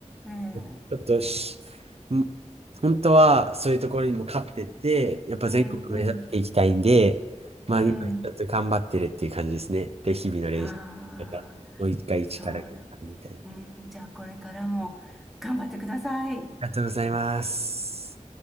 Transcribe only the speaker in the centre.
ええ、
うん、うん、
うん。
はあ。
そうだ。
うん、じゃあこれからも頑張ってください。